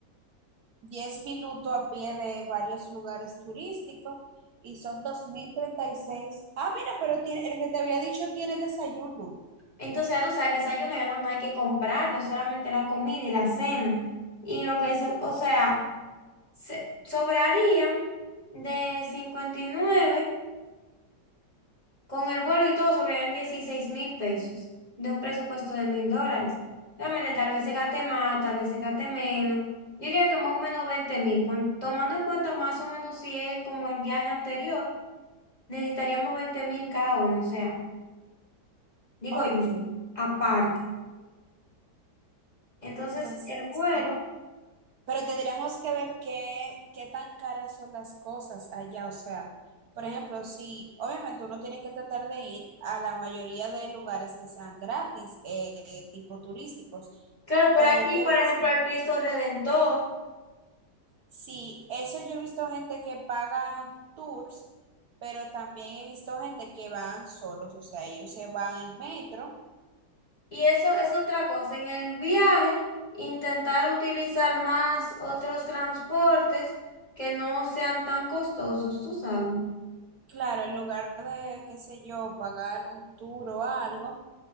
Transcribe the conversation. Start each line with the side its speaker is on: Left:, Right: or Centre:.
Right: diez minutos a pie de varios lugares turísticos y son dos mil treinta y seis Ah, mira, pero tiene, el que te había dicho tiene desayuno.
Left: Entonces, ya tú sabes, el desayuno ya no, no hay que comprarlo, solamente la comida y la cena. Y lo que se, o sea, se- sobrarían de 59 con el vuelo y todo, sobrarían dieciséis mil pesos de un presupuesto de mil dólares. Realmente, tal vez se gaste más, tal vez se gaste menos. Yo diría que más o menos veinte mil, con tomando en cuenta más o menos si es como el viaje anterior, necesitaríamos veinte mil cada uno, o sea, digo
Right: Ok,
Left: yo, aparte. Entonces,
Right: entonces,
Left: el vuelo.
Right: Pero tendríamos que ver qué, qué tan caras son las cosas allá. O sea, por ejemplo, si obviamente uno tiene que tratar de ir a la mayoría de lugares que sean gratis, eh, tipo turísticos,
Left: Claro, pero
Right: pero
Left: aquí,
Right: hay que
Left: por
Right: ver
Left: ejemplo,
Right: si,
Left: al Cristo Redentor.
Right: si- eso yo he visto gente que paga tours, pero también he visto gente que van solos, o sea, ellos se van en metro.
Left: Y eso es otra cosa. En el viaje, intentar utilizar más otros transportes que no sean tan costosos, tú sabes.
Right: Claro, en lugar de, qué sé yo, pagar un tour o algo,